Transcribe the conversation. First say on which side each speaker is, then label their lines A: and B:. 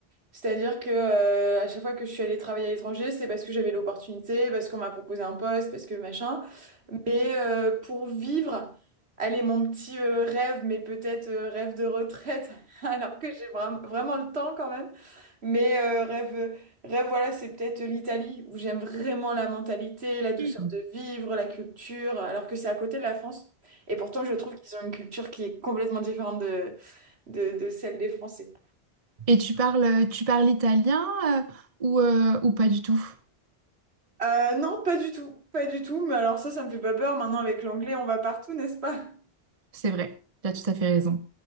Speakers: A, on the right; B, on the right.
A: C'est-à-dire que euh, à chaque fois que je suis allée travailler à l'étranger, c'est parce que j'avais l'opportunité, parce qu'on m'a proposé un poste, parce que machin. Mais euh, pour vivre, allez, mon petit euh, rêve, mais peut-être euh, rêve de retraite, <laughs> alors que j'ai vra- vraiment le temps quand même. Mais euh, rêve, rêve, voilà, c'est peut-être l'Italie, où j'aime vraiment la mentalité, la douceur
B: Et
A: de vivre, la culture, alors que c'est à côté de la France. Et pourtant, je trouve qu'ils ont une culture qui est complètement différente de, de, de celle des Français.
B: tu parles, tu parles italien euh, ou, euh, ou pas du tout?
A: Euh, non, pas du tout, pas du tout. Mais alors ça, ça me fait pas peur. Maintenant, avec l'anglais, on va partout, n'est-ce pas?
B: C'est vrai, tu as tout à fait raison.